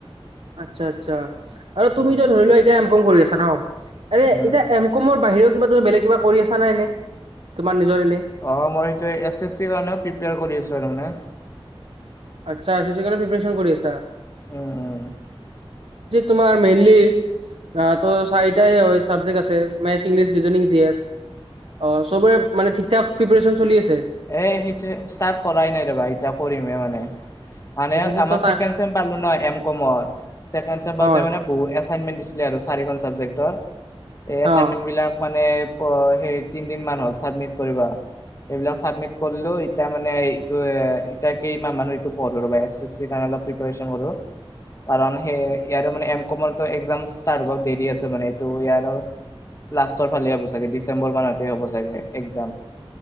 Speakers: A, on the right; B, on the left.
A: আচ্ছা আচ্ছা আৰু তুমি
B: উম
A: যে ধৰি লোৱা এতিয়া এম কম কৰি আছা ন আৰে
B: উম
A: এতিয়া এম কমৰ বাহিৰেও কিবা তুমি বেলেগ কিবা কৰি আছা নাই নে তোমাৰ নিজৰ এনে
B: অ মই সেইটো এছ এছ চিৰ কাৰণেও প্ৰিপিয়াৰ কৰি আছো আৰু মানে
A: আচছা চি চি কানে পিপ্ৰেৰেচন কৰি আছা
B: উম উম
A: তোমাৰ মেইনলি ত চাৰিটাই হয় চাবজেক্ট আছে maths English reasoning G S অ চবেৰে মানে ঠিক ঠাক প্ৰিপেৰেচন চলি আছে
B: এ সেইটো ষ্টাৰ্ট কৰাই নাই ৰবা এতয়া কৰিমে মানে মানে
A: এছ এছ
B: আমাৰ
A: চি
B: ছেকে চেম পালো ন এম কমৰ ছেকেন চেম
A: হয়
B: বহু এছাইনমেন্ট দিছিলে আৰু চাৰিখন চাবজেক্টৰ এই এছাইনমেণ্টবিলাক
A: অ'।
B: মানে অ সে তিন দিন মান হ'ল চাবমিট কৰিব এইবিলাক চাবমিট কৰিলো ইতিয়া মানে এইটো এতাকেই মানৰ পদৰ পাই আছে চি চী কাৰণে অলপ প্ৰিপেৰেচন কৰো কাৰণ সেই ইয়াৰ মানে এম কমৰ একাম ৰ্ট হ দেৰি আছে মানে এইটো ইয়াৰ লাষ্টৰ ফালে হ'ব চাগে ডিচেম্বৰ মাহতে হ'ব চাগে একজাম